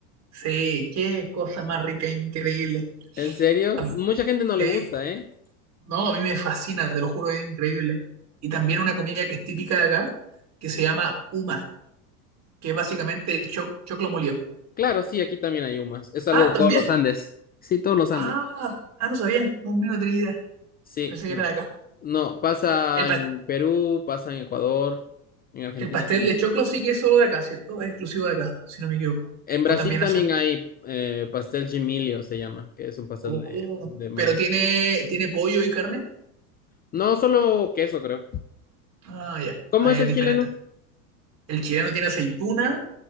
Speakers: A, on the right; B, on the left.
A: Sí, qué cosa más rica, increíble.
B: ¿En serio?
A: Am-
B: Mucha gente no le
A: Sí,
B: gusta, ¿eh?
A: no, a mí me fascina, te lo juro, es increíble. Y también una comida que es típica de acá, que se llama uma, que es básicamente cho- choclo molido.
B: Claro, sí, aquí también hay humas. Es algo
A: Ah,
B: de
A: ¿también?
B: todos los Andes. Sí, todos los
A: Ah,
B: Andes.
A: ah, no sabía. No, mira, no tenía idea.
B: Sí.
A: Pensé que
B: en-
A: era de acá.
B: No, pasa
A: Y El, pa-
B: en Perú, pasa en Ecuador, en Argentina
A: el pastel
B: también.
A: de choclo sí que es solo de acá, ¿cierto? Es exclusivo de acá, si no me equivoco.
B: En
A: O
B: Brasil
A: también
B: también
A: hacen.
B: hay eh, pastel gemilio, se llama, que es un pastel
A: Oh,
B: de, de maíz.
A: pero tiene, tiene pollo y carne.
B: No, solo queso, creo.
A: Ah, ya.
B: ¿Cómo
A: Ahí
B: es
A: es
B: el
A: diferente.
B: chileno?
A: El chileno tiene aceituna,